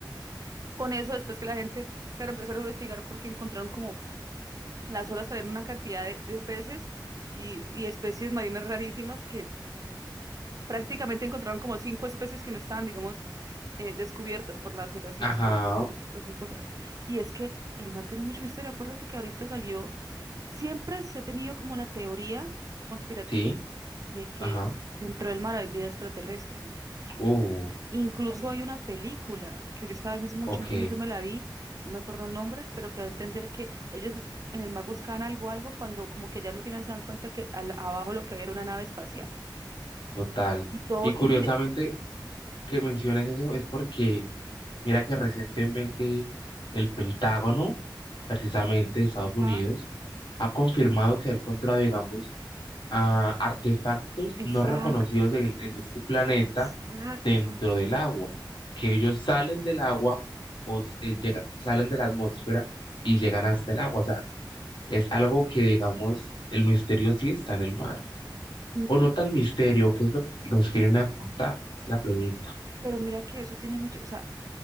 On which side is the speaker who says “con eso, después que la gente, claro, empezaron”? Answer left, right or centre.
Right